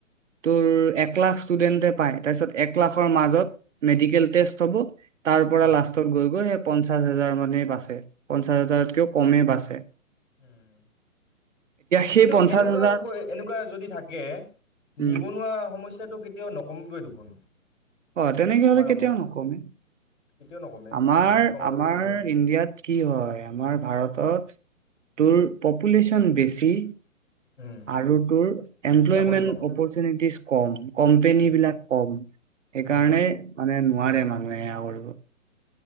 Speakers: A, on the right (about 60°); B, on the left (about 55°).
A: তোৰ এক লাখ ষ্টুডেন্টে পায় তাৰপিছত এক লাখৰ মাজত মেডিকেল টেষ্ট হ'ব। তাৰ পৰা
B: উম
A: লাষ্টত গৈ গৈ ইয়াত। পঞ্চাশ হাজাৰ মানে বাছে। পঞ্চাছ হাজাৰতকও কমে বাছে
B: উম,
A: সেই
B: কিন্তু
A: পঞ্চাশ
B: এনেকুৱা
A: হাজাৰ
B: কৈ এনেকুৱা যদি থাকে,
A: উম,
B: নিবনুৱা সমস টো কেতিয়াও নকমিবই দেখোন!
A: অ', তেনেকে
B: আমাৰ
A: হ'লে কেতিয়াও
B: অসমত
A: নকমে।
B: কেতিয়াও নকমে
A: আমাৰ,
B: যিমান যি কমাব
A: আমাৰ
B: বুলি ক'লেও
A: ইণ্ডিয়াত কি হয়, আমাৰ ভাৰতত তোৰ পপুলেচন বেছি।
B: উম
A: আৰু তোৰ এমপ্লয়মেন্ট
B: চাকৰি কম
A: অপ'ৰচোনিটিচ কম, কম্পেনীবিলাক
B: উম
A: কম, সেইকাৰণেই
B: উম
A: মানে নোৱাৰে মানুহে আৰু।